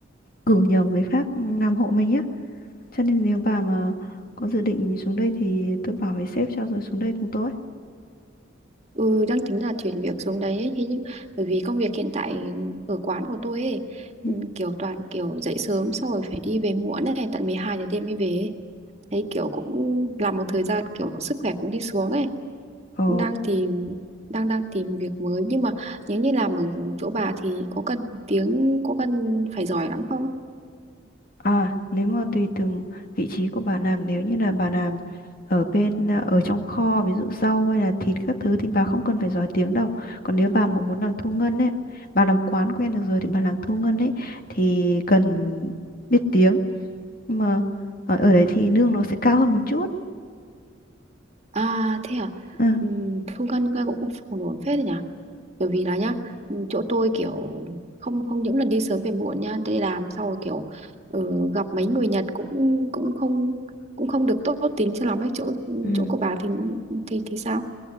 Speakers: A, on the left; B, on the right.
A: cử nhờ người khác ừ, làm hộ mình á cho nên nếu bà mà có dự định xuống đây thì tôi bảo với sếp cho rồi xuống đây cùng tôi
B: ừ, đang tính là chuyển việc xuống đấy ấy. Thế nhưng bởi vì công việc hiện tại ở quán của tôi ấy,
A: Ừ.
B: ừ, kiểu toàn kiểu dậy sớm xong rồi phải đi về muộn ấy, tận 12 giờ đêm mới về ấy. Thấy kiểu cũng làm một thời gian kiểu sức khỏe cũng đi xuống ấy.
A: ồ
B: cũng đang tìm đang đang tìm việc mới nhưng mà nếu như làm ở chỗ bà thì có cần tiếng có cần phải giỏi lắm không
A: À, nếu mà tùy từng vị trí của bà làm nếu như là bà làm ở bên à, ở trong kho ví dụ rau hay là thịt các thứ thì bà không cần phải giỏi tiếng đâu. Còn nếu bà mà muốn làm thu ngân ấy, bà làm quán quen được rồi thì bà làm thu ngân ấy thì cần biết tiếng. Nhưng mà ở, ở đấy thì lương nó sẽ cao hơn một chút.
B: à thế à
A: Ừ.
B: Ừm, thu ngân nghe cũng ổn ổn phết đấy nhỉ bởi vì là nhá ừm, chỗ tôi kiểu không không những lần đi sớm về muộn nhá đi làm sau kiểu ừ, gặp mấy người Nhật cũng cũng không cũng không được tốt tính cho lắm ấy chỗ
A: Ừ.
B: chỗ của bà thì nó- thì thì sao